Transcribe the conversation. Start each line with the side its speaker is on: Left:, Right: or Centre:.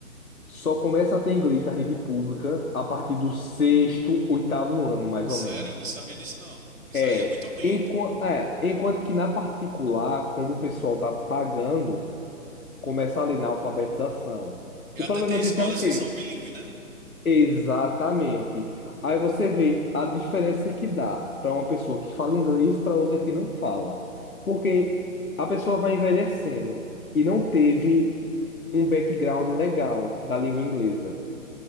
Left: só começa a ter inglês da rede pública a partir do sexto, oitavo ano, mais
Right: Sério,
Left: ou menos.
Right: eu não sabia disso, não. Isso
Left: É,
Right: aí é muito ruim.
Left: enquanto, é, enquanto que na particular, como o pessoal tá pagando, começa ali na alfabetização.
Right: E
Left: O
Right: até
Left: problema
Right: tem escolas
Left: disso é o quê?
Right: que são bilíngues, né?
Left: Exatamente. Aí você vê a diferença que dá para uma pessoa que fala inglês para outra que não fala. Porque a pessoa vai envelhecendo e não teve um background legal da língua inglesa.